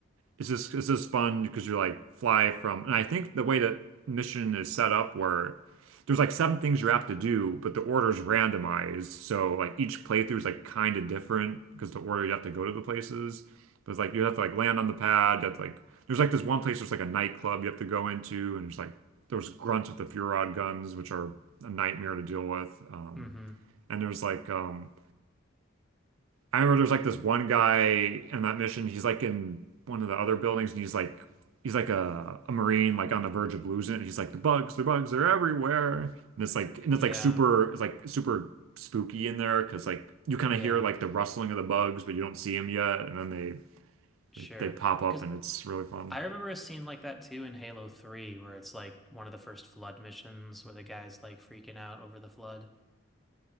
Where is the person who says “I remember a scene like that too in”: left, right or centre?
Centre